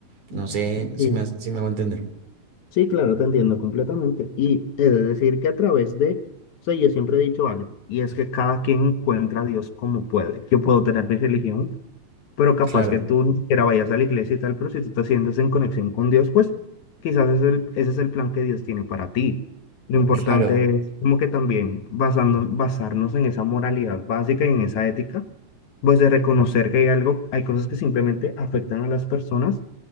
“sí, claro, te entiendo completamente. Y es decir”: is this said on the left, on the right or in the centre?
Left